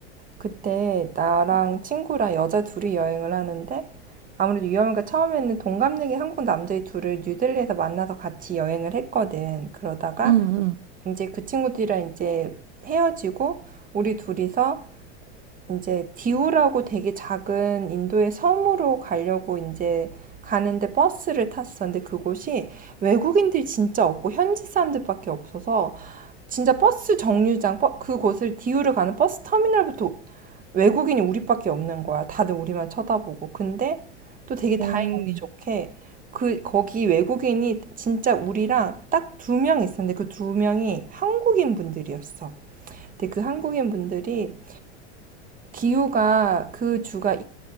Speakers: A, on the right (about 25°); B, on the right (about 70°).
A: 그때 나랑 친구랑 여자 둘이 여행을 하는데 아무래도 위험하니 처음에는 동갑내기 한국 남자애 둘을 뉴델리에서 만나서 같이 여행을 했거든. 그러다가
B: 응,
A: 이제 그 친구들이랑 이제 헤어지고 우리 둘이서 이제 디우라고 되게 작은 인도의 섬으로 가려고 이제 가는데 버스를 탔어. 근데 그곳이 외국인들이 진짜 없고 현지 사람들밖에 없어서 진짜 버스 정류장 그곳을 디우를 가는 버스 터미널부터 외국인이 우리밖에 없는 거야. 다들 우리만 쳐다보고. 근데 또 되게 다행
B: 응. 어,
A: 운이 좋게 그 거기 외국인이 진짜 우리랑 딱 두 명 있었는데 그 두 명이 한국인 분들이었어. 근데 그 한국인 분들이 디우가 그 주가